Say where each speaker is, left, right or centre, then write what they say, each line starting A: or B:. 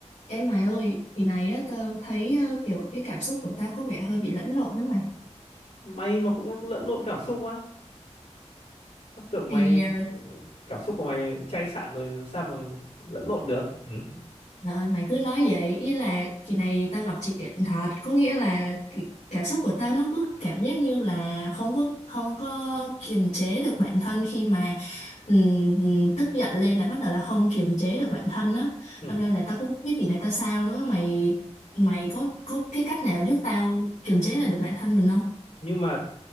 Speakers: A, on the left (about 85°); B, on the left (about 75°).
A: em mày ơi, ý này á, tao thấy ờ, kiểu cái cảm xúc của tao có vẻ hơi bị lẫn lộn lắm mày.
B: mày mà cũng lẫn lộn cảm xúc á tao tưởng
A: Thì
B: mày
A: ờ,
B: ờ, cảm xúc của mày chai sạn rồi làm sao mà lẫn lộn được ừ?
A: rồi mày cứ nói vậy, ý là kỳ này tao gặp chuyện thật, có nghĩa là cái cảm xúc của tao nó cứ cảm giác như là không có không có kiềm chế được bản thân khi mà ừm, tức giận lên là bắt đầu là không kiềm chế được bản thân á.
B: Ừ.
A: Đâm ra là tao cũng không biết kỳ này tao sao nữa, mày mày có có cái cách nào giúp tao kiềm chế lại được bản thân mình không?
B: nhưng mà